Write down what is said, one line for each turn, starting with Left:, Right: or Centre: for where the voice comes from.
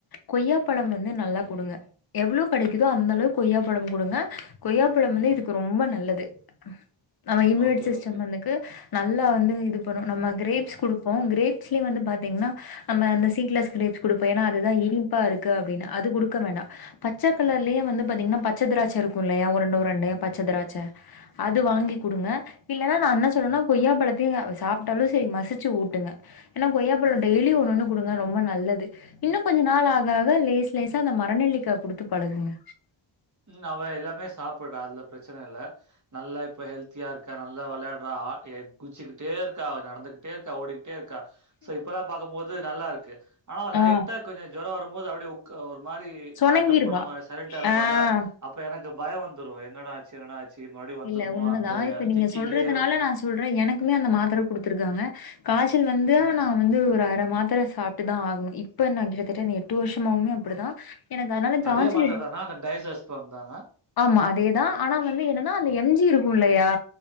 Left: கொய்யா பழம் வந்து நல்லா குடுங்க எவ்ளோ கிடைக்குதோ அந்த அளவுக்கு கொய்யா பழம் குடுங்க கொய்யாப்பழம் வந்து
Right: ம்.
Left: இதுக்கு ரொம்ப நல்லது <inaudible> நம்ம இம்யூனிட்
Right: ஓகே,
Left: சிஸ்டம்
Right: ஓகே.
Left: வந்துக்கு நல்லா வந்து இது பண்ணும் நம்ம கிரேப்ஸ் கொடுப்போ கிரேப்ஸ்லேயு வந்து பார்த்தீங்னா நம்ம அந்த சீட்லெஸ் கிரேப்ஸ் குடுப்போ ஏன்னா அது இனிப்பா இருக்கு அப்டின்னு அது குடுக்க வேண்டா பச்சைக்கலர்லையே வந்து பாத்தீங்னா பச்ச திராட்சை இருக்கு இல்லையா உருண்ட உருண்டையா பச்ச திராட்சை அது வாங்கி குடுங்க இல்லன்னா நா என்ன சொல்றேனா
Right: ம்.
Left: கொய்யா பழத் தையும் அவ சாப்ட்டாலு செரி மசிச்சு ஊட்டுங்க ஏன்னா கொய்யாப்பழ டெய்லியு ஒன்னு ஒன்னு குடுங்க ரொம்ப நல்லது இன்னும் கொஞ்ச நாள் ஆக ஆக லேஸ் லேசா அந்த மரநெல்லிக்கா குடுத்து பழக்குங்க
Right: உம் அவ எல்லாமே சாப்பிடுறா அதுல பிரச்சன இல்ல நல்லா இப்ப ஹெல்த்தியா இருக்கா நல்லா விளையாடுறா ஆ குதுச்சுக்கிட்டே இருக்கா அவ நடந்துகிட்டு தேர்க்க ஓடி இருக்கா சோ இப்பல்லா பாக்கும்போது நல்லா இருக்கு ஆனா லைட்டா
Left: ஆ.
Right: கொஞ்சோ ஜொரோ வர போது அப்டியே உட்கா இது மாரி
Left: சொனங்கிருவா.
Right: ஆட்டம் போடாம சைலண்ட்டா இருப்பால
Left: ஆ.
Right: எனக்கு பயொ வந்துரு என்னடா ஆச்சு என்னடா ஆச்சு மறுபடியும் வந்துருமோ?
Left: இல்ல உண்மதா
Right: அந்த
Left: இப்ப நீங்க
Right: திங்கிங்கே
Left: சொல்றதுனால
Right: இருக்கும்.
Left: நா சொல்றே எனக்குமே அந்த மாத்ர குடுத்துருக்காங்க காய்ச்சல் வந்து
Right: ம்.
Left: நான் வந்து ஒரு அப்புற மாத்ர சாப்ட்டுதா ஆகணு இப்ப நா கிட்டத்தட்ட அந்த எட்டு வருஷமாவுமே அப்டிதா எனக்கு அதனால
Right: அதே
Left: காய்ச்சல்
Right: மாத்திரை தானா? அந்த டைசஸ்பம் தானா?
Left: ஆமா அதேதா ஆனா வந்து என் அந்த
Right: ஓகே.
Left: எம் ஜி இருக்கு இல்லையா